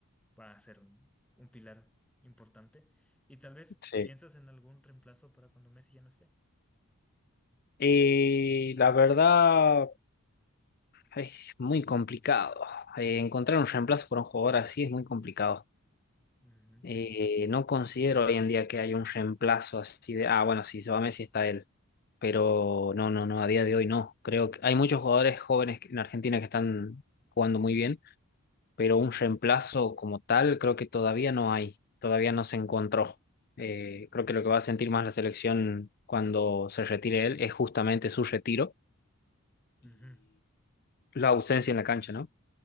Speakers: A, in the centre; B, on the left (about 45°).
A: va a ser un, un pilar importante. Y tal vez
B: Sí.
A: piensas en algún reemplazo para cuando Messi ya no esté.
B: Y la verdad es muy complicado. Eh, encontrar un reemplazo por un jugador así es muy complicado.
A: Ujú.
B: Eh, no considero hoy en día que haya un reemplazo así de, ah, bueno, si se va Messi está él. Pero no, no, no, a día de hoy no. Creo que hay muchos jugadores jóvenes en Argentina que están jugando muy bien, pero un reemplazo como tal creo que todavía no hay, todavía no se encontró. Eh, creo que lo que va a sentir más la selección cuando se retire él es justamente su retiro
A: Ujú.
B: la ausencia en la cancha, ¿no?